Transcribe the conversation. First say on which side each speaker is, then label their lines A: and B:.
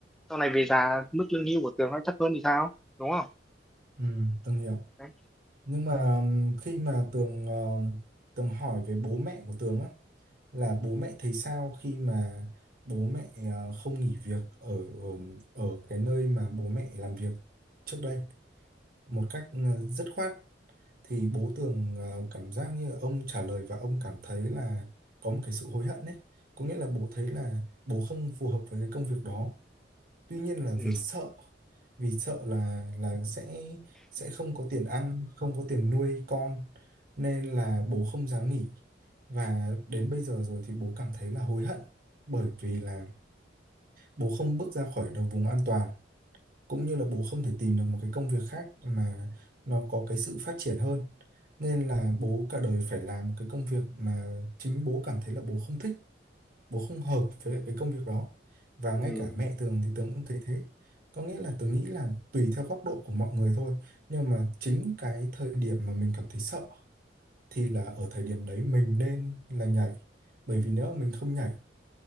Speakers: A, in the centre; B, on the right.
A: sau này về già mức lương hưu của Tường nó thấp hơn thì sao đúng không
B: ừ từng hiểu
A: Đấy.
B: nhưng mà ừm, khi mà Tường ờ, Tường hỏi về bố mẹ của Tường á là bố mẹ thấy sao khi mà bố mẹ ờ, không nghỉ việc ở ở ở cái nơi mà bố mẹ làm việc trước đây một cách ờ, dứt khoát thì bố Tường ờ, cảm giác như ông trả lời và ông cảm thấy là có một cái sự hối hận đấy có nghĩa là bố thấy là bố không phù hợp với cái công việc đó tuy nhiên là
A: Ừ.
B: vì sợ vì sợ là là sẽ sẽ không có tiền ăn không có tiền nuôi con nên là bố không dám nghỉ và đến bây giờ rồi thì bố cảm thấy là hối hận bởi vì là bố không bước ra khỏi đầu vùng an toàn cũng như là bố không thể tìm được một cái công việc khác mà nó có cái sự phát triển hơn nên là bố cả đời phải làm một cái công việc mà chính bố cảm thấy là bố không thích bố không hợp với lại cái công việc đó và
A: Ừ.
B: ngay cả mẹ Tường thì Tường cũng thấy thế có nghĩa là Tường nghĩ là tùy theo góc độ của mọi người thôi nhưng mà chính cái thời điểm mà mình cảm thấy sợ thì là ở thời điểm đấy mình nên là nhảy bởi vì nếu mà mình không nhảy